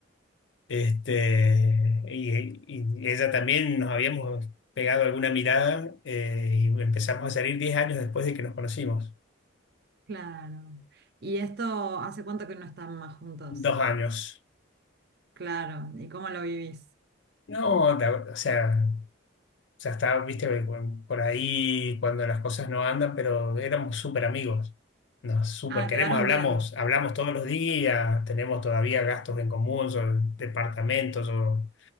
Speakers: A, on the left; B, on the right.
A: este, y, y ella también nos habíamos pegado alguna mirada eh, y empezamos a salir 10 años después de que nos conocimos.
B: Claro. ¿Y esto hace cuánto que no están más juntos?
A: Dos años.
B: Claro. ¿Y cómo lo vivís?
A: No, la- o sea, O sea, está, viste, bueno, por ahí cuando las cosas no andan, pero éramos súper amigos. Nos súper
B: Ah,
A: queremos,
B: quedaron
A: hablamos,
B: bien.
A: hablamos todos los días, tenemos todavía gastos en común, sobre departamentos, o